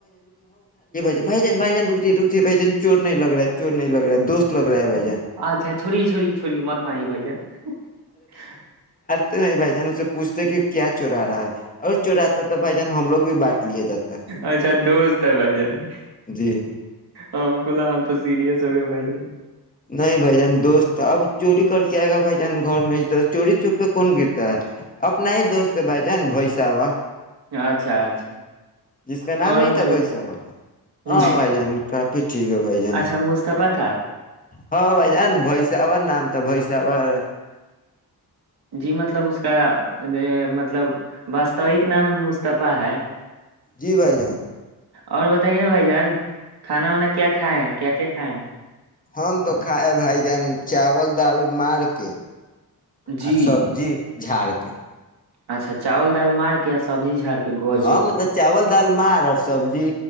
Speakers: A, on the left (about 20°); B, on the right (about 80°).
A: بائی جن بائی ج رکتی رکتی ب جن چور نہیں لگا ہے <unintelligible> چور نہیں لگ رہا دوست لگ رہا ہے بھائی <unintelligible>
B: اچھا چھوڑی چھوڑی چھوڑی متمائی بھ جن <unintelligible>
A: تو نہیں بھائی جان اس سے پوچتے کہ کیا چورا رہا ہے <unintelligible> اور چرتا تھا بھائی جان ہم لوگ بھی بانٹ لیا جاتا
B: اچھا دوست ہے بھائی جان
A: جی
B: ہم کو لگا ہم تو سیریئس ہو گیا بھائی جان
A: نہیں بھائی جان دوست اب چوری کر کے آئے گا بھائی جان گھر میں چوری چوپ پہ کون گرتا ہے اپنا ہی دوست ہے بھائی جان بیساوا
B: اچھا اچھا
A: جس کا نام
B: اور
A: نہیں
B: بتائیے
A: تھا بھائی صاحں
B: جی،
A: بھائی جان کافی ٹھیک ہے بھائی جان
B: اچھا مصطفی تھا
A: ہاں بھائی جان بھیساور نام تھا بھیساور
B: جی مطلب اس کا اے مت مطلب واستوک نام مصطفی ہے
A: جی بھائی جان
B: اور بتائے نا بھائی جان کھانا وانا کیا کھائے ہیں کیا کیا کھائے ہیں
A: ہم تو کھائے بھائی جان چاول دال مار کے
B: جی
A: آ سبزی جھڑ کے
B: اچھا چاول دال مار کے سبزی جاڑ کے گوجب
A: ہاں مطلب چاول دال مار اور سبزی